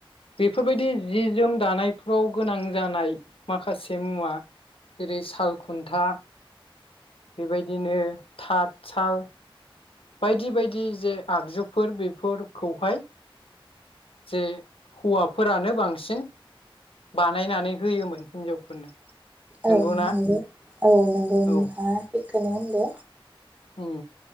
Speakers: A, on the left; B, on the right.
A: बेफोरबायदि जि जोम दानायफ्राव गोनां जानाय माखासे मुवा जेरै साल खुन्था बेबाय दिनो थाथ साल बायदि बायदि जे आगजुफोर बेफोरखौहाय जे हौवाफोरानो बांसिन बानायनानै होयोमोन हिनजावफोरनो
B: औ
A: नंगौना
B: नंगौ औ नंगौ नोंथाङा
A: औ
B: सै थिगखोनो होनदो
A: उम